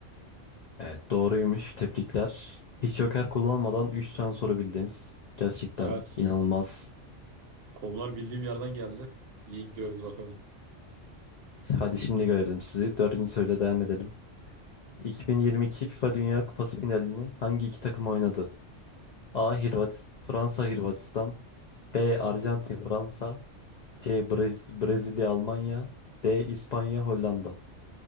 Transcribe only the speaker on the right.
Evet,
konular bildiğim yerden geldi. İyi gidiyoruz bakalım.